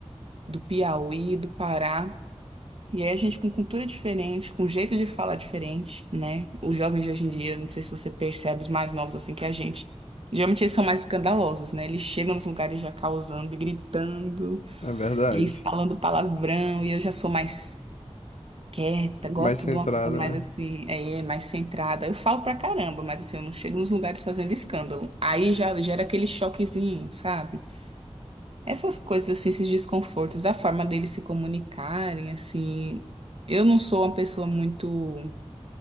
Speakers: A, on the right; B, on the left.
A: do Piauí, do Pará. E aí a gente com cultura diferente, com jeito de falar diferente, né? Os jovens de hoje em dia, não sei se você percebe, os mais novos assim que a gente. Geralmente eles são mais escandalosos, né? Eles chegam nos lugares já causando e gritando
B: É verdade.
A: e falando palavrão. E eu já sou mais quieta, gosto
B: Mais centrada,
A: de uma coisa mais
B: né?
A: assim, é, mais centrada. Eu falo pra caramba, mas assim, eu não chego nos lugares fazendo escândalo. Aí já gera aquele choquezinho, sabe? Essas coisas, assim, esses desconfortos, a forma deles se comunicarem, assim. Eu não sou uma pessoa muito.